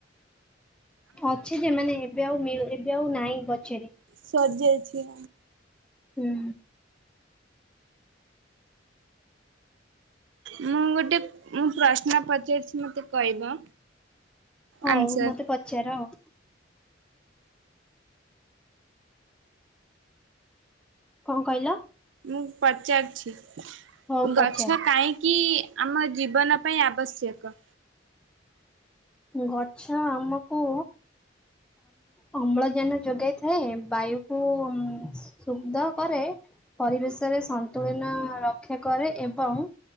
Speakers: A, in the centre; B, on the right (about 80°).
A: ଅଛି ଯେ ମାନେ ଏବେ ଆଉ ମିଳୁ ଏବେ ଆଉ ନାହିଁ ଗଛରେ।
B: ସରିଯାଇଛି।
A: ହୁଁ।
B: ମୁଁ ଗୋଟେ ମୁଁ ପ୍ରଶ୍ନ ପଚାରିଛି ମତେ କହିବ।
A: ହଉ
B: ଆନ୍ସର
A: ମତେ ପଚାର ଆଉ। କଣ କହିଲ?
B: ମୁଁ ପଚାରଛି
A: ହଉ ପଚାର
B: ଗଛ କାଇଁକି ଆମ ଜୀବନ ପାଇଁ ଆବଶ୍ୟକ।
A: ଗଛ ଆମକୁ ଅମ୍ଳଜାନ ଯୋଗାଇଥାଏ ବାୟୁକୁ ଶୁଦ୍ଧ କରେ ପରିବେଶରେ ସନ୍ତୁଳିନ ରକ୍ଷା କରେ ଏବଂ